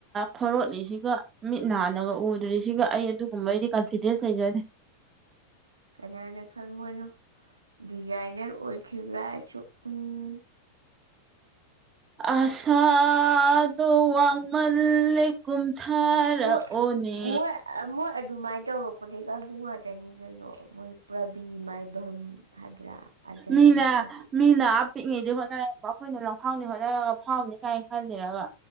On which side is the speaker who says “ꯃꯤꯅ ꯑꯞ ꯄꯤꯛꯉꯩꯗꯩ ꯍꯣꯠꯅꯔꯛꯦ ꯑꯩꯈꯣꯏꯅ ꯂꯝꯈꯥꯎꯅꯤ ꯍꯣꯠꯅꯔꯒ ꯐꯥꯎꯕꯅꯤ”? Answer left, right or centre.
Right